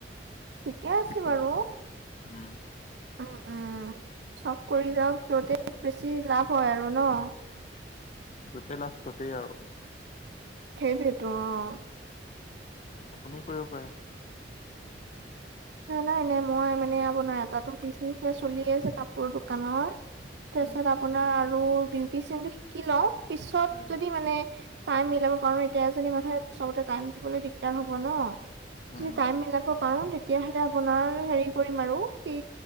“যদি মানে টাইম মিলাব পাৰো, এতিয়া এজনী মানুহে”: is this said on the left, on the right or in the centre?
Right